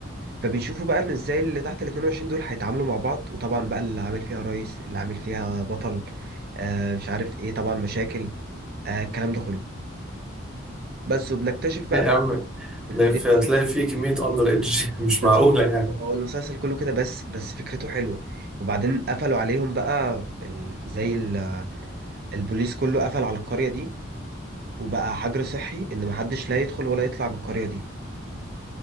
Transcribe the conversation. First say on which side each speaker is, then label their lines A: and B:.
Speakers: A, on the right; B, in the centre.
A: فبيشوفوا بقى إن إزاي اللي تحت ال 22 دول هيتعاملوا مع بعض وطبعا بقى اللي عامل فيها رئيس اللي عامل فيها بطل آه مش عارف إيه طبعا مشاكل آه الكلام ده كله بس وبنكتشف
B: <laughs>
A: بقى
B: يا
A: في
B: عم
A: بي-
B: ده في- هتلاقي فيه كمية أندر إيدج <laughs> مش
A: بس-
B: معقولة يعني
A: هو المسلسل كله كده بس بس فكرته حلوة وبعدين قفلوا عليهم بقى ال... زي ال... البوليس كله قفل على القرية دي وبقى حجر صحي إن محدش لا يدخل ولا يطلع من القرية دي